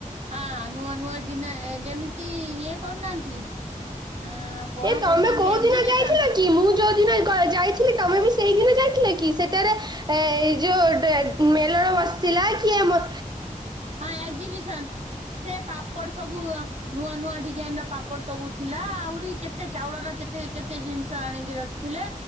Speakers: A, on the right; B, on the right.
A: ହଁ ନୂଆ ନୂଆ ଜିନ ଯେମିତି ଇଏ କରୁନାହାନ୍ତି। ଅ କଣ
B: ଏ ତମେ
A: କରୁଛନ୍ତି
B: କୋଉ
A: ଏକ୍ଜିବିସନ
B: ଦିନ ଯାଇଥିଲା କି ମୁଁ ଯୋଉ ଦିନ ଯାଇଥିଲେ ତମେ ବି ସେଇଦିନ ଯାଇଥିଲ କି ସେଠାରେ ଏ ଯୋଉ ମେଲଣ ବସିଥିଲା କି ଆ
A: ହଁ ଏକ୍ଜିବିସନ ସେ ପାପଡ ସବୁ ନୂଆ ନୂଆ ଡିଜାଇନ ର ପାପଡ଼ ସବୁ ଥିଲା ଆହୁରି କେତେ ଚାଉଳର କେତେ କେତେ ଜିନିଷ ଆଣିକି ରଖିଥିଲେ